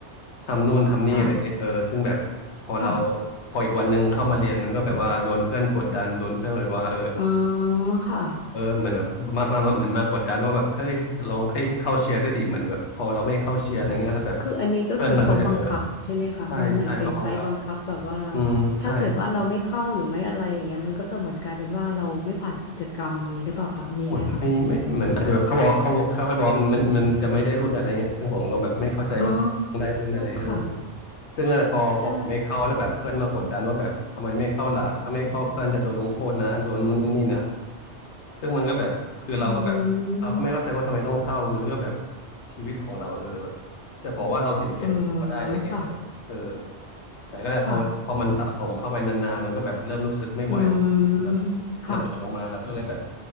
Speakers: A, on the left; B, on the left.
A: ทำนู่นทำนี่อะไรเงี้ยเออซึ่งแบบพอเรา
B: ค่ะค่ะ
A: พออีกวันหนึ่งเข้ามาเรียนมันก็แบบว่าโดนเพื่อนกดดันโดนเพื่อนแบบว่าเออ
B: อ๋อค่ะ
A: เออเหมือนแบบมามามาเหมือนมากดดันว่าแบบเฮ้ยลองให้ให้เข้าเชียร์ด้วยดิเหมือนแบบพอเราไม่เข้าเชียร์อะไรเงี้ยแล้วแบบ
B: คืออันนี้ก็คือเขาบังคับใช่ไหมคะมันเหมือนเป็นไฟล์บังคับแบบว่า
A: เพื่อนมันก็จะโดน ใช่ใช่เขาบังคับอืมใช่
B: ถ้าเกิดว่าเราไม่เข้าหรือไม่อะไรอย่างเงี้ยมันก็จะเหมือนกลายเป็นว่าเราไม่ผ่านกิจกรรมอย่างนี้หรือเปล่าคะมีไหมคะ
A: เหมือนไม่ไม่เหมือนอาจจะแบบเขาบอกเขาบอกเขาแค่บอกว่ามันมันมันจะไม่ได้รุ่นอะไรเงี้ยซึ่งผมก็แบบไม่เข้าใจว่าต้องได้รุ่นอะไรเออ
B: อ๋อค่ะ
A: ซึ่งอะไรพอพอผมไม่เข้าแล้วแบบเพื่อนมากดดันว่าแบบทำไมไม่เข้าล่ะถ้าไม่เข้าเพื่อนจะโดนลงโทษนะโดนนู้นนั่นนี่นะ
B: ใช่
A: ซึ่งมันก็แบบคือเราก็แบบเราก็ไม่เข้าใจว่าทำไมต้องเข้ามันก็แบบ
B: อืม
A: ชีวิตของเราเออแบบจะบอกว่าเราเห็นแก่ตัวก็ได้อะไรเงี้ยแต่แบบเออ
B: อ๋อค่ะ
A: แต่ก็แหละพอมันพอมันสะสมเข้าไปนานๆมันก็แบบเริ่มรู้สึกไม่ไหวแล้วแบบ
B: ค่ะอืมค่ะ
A: ระเบิดออกมาแล้วก็เลยแบบ